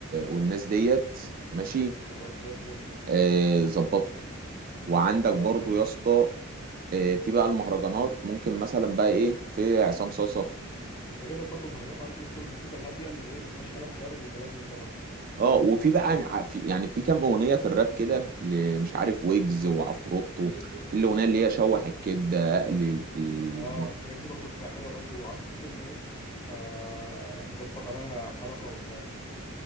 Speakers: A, on the right; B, on the left.
A: والناس ديت ماشي
B: خلاص زي الفل
A: إيه، ظبطوا وعندك
B: خلاص
A: برضو
B: ماشي
A: يا اسطى آه، في بقى المهرجانات ممكن مثلا بقى ايه في عصام صاصة
B: هجيب لك برضه مهرجانات عارف اللي تكون الموسيقى الهاديه اللي ايه ما فيهاش كلام خارج وكلام من ده برضه
A: اه وفي بقى ع- في يعني في كام اغنيه في الراب كده ل- مش عارف ويجز وعفروتو في الاغنيه اللي هي شوح الكبده اقلي البط
B: اه الحاجات دي برضه بتبقى حلوه برضه وعارف ممكن ايه آه نظبط عليها حركه وبتاع